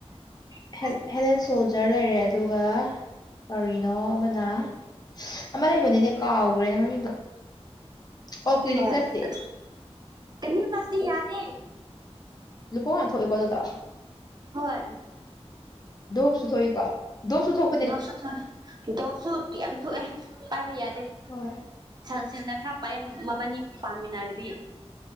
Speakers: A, on the right; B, on the left.
A: <unintelligible>
B: ꯍꯦꯗ ꯍꯦꯗ ꯑꯦꯟ ꯁꯣꯜꯖꯔ ꯂꯩꯔꯦ ꯑꯗꯨꯒ ꯀꯔꯤꯅꯣ ꯑꯃꯅ ꯑꯃ ꯂꯩꯕꯅꯤꯅꯦ ꯀꯥꯎꯒ꯭ꯔꯦꯅꯦ ꯃꯃꯤꯡꯗꯣ ꯑꯣ ꯀ꯭ꯂꯤꯅꯤꯛ
A: ꯍꯣꯏ
B: ꯄ꯭ꯂꯁꯇꯤ
A: ꯑꯗꯨ ꯑꯅꯤ ꯕꯁꯇꯤ ꯌꯥꯗꯦ
B: ꯂꯨꯄꯧ ꯌꯥꯝ ꯊꯣꯛꯏꯀꯣ ꯑꯗꯨꯗꯣ
A: ꯍꯣꯏ
B: ꯗꯣꯞꯁꯨ ꯊꯣꯛꯏꯀꯣ ꯗꯣꯞꯁꯨ ꯊꯣꯛ
A: ꯗꯣꯞꯁꯨ ꯊꯣꯑꯦ ꯗꯣꯞꯁꯨ ꯇꯤ ꯌꯥꯝ ꯊꯣꯛꯑꯦ ꯄꯥꯏꯕ ꯌꯥꯗꯦ
B: ꯍꯣꯏ
A: ꯁꯟꯁꯤꯜꯛꯅ ꯈꯔ ꯄꯩ ꯃꯕꯥꯅꯤ ꯄꯥꯃꯤꯟꯅꯔꯗꯤ